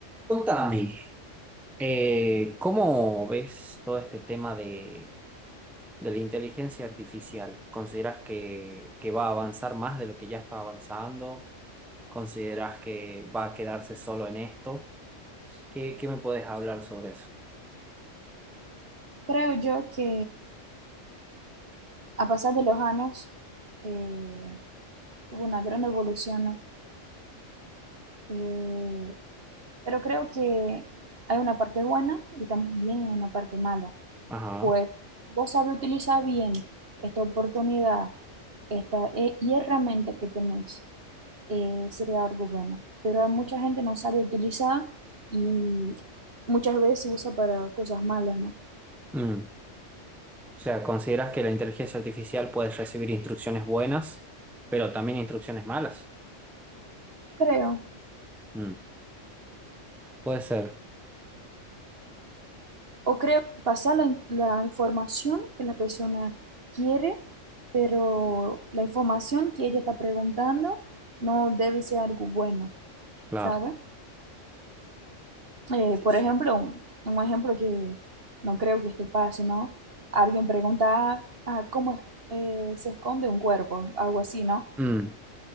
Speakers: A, in the centre; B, on the right.
A: Contame, eh, ¿cómo ves todo este tema de, de la inteligencia artificial? ¿Consideras que, que va a avanzar más de lo que ya está avanzando? ¿Consideras que va a quedarse solo en esto? ¿Qué, qué me puedes hablar sobre eso?
B: Creo yo que a pasar de los años eh, hubo una gran evolución, ¿no? Eh, pero creo que hay una parte buena y también una parte mala.
A: Ajá.
B: Pues vos sabés utilizar bien esta oportunidad esta, eh, y herramienta que tenés, eh, sería algo bueno. Pero hay mucha gente no sabe utilizar y muchas veces usa para cosas malas, ¿no?
A: Mm. O sea, ¿consideras que la inteligencia artificial puede recibir instrucciones buenas, pero también instrucciones malas?
B: Creo
A: Mm. Puede ser,
B: O creo que pasa la, in- la información que la persona quiere, pero la información que ella está preguntando no debe ser algo bueno,
A: claro.
B: ¿sabe? Eh,
A: Sí,
B: por
A: sí.
B: ejemplo, un, un ejemplo que no creo que esto pase, ¿no? Alguien pregunta, ah, ah, ¿cómo es- eh, se esconde un cuerpo? Algo así, ¿no?
A: Mm.